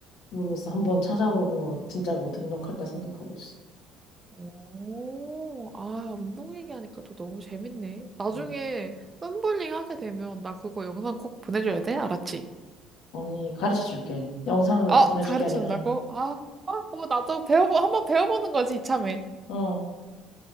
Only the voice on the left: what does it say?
모르겠어. 한번 찾아보고 진짜로 등록할까 생각하고 있어.
응.
언니 가르쳐 줄게. 영상을
보내줄
게 아니라.
어,